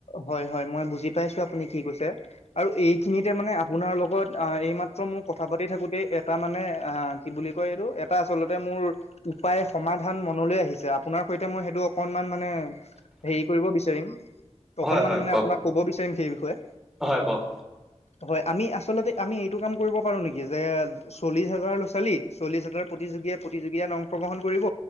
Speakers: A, on the left (about 60°); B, in the centre.
A: হয়, হয়, মই বুজি পাইছো আপুনি কি কৈছে আৰু এইখিনিতে মানে আপোনাৰ লগত এইমাত্ৰ মোৰ কথা পাতি থাকোঁতেই এটা মানে কি বুলি কয় এইটো এটা আচলতে মোৰ উপায় সমাধান মনলৈ আহিছে আপোনাৰ সৈতে মই সেইটো অকনমান মানে হেৰি কৰিব বিচাৰিম।
B: হয়
A: অকনমান
B: হয়
A: মানে
B: কওক
A: আপোনাক কব বিচাৰিম সেই বিষয়ে।
B: হয় কওক
A: হয় আমি আচলতে আমি এইটো কাম কৰিব পাৰো নেকি যে চল্লিশ হাজাৰ ল'ৰা ছোৱালী চল্লিশ হাজাৰ প্ৰতিযোগীয়ে অংশ গ্ৰহণ কৰিব।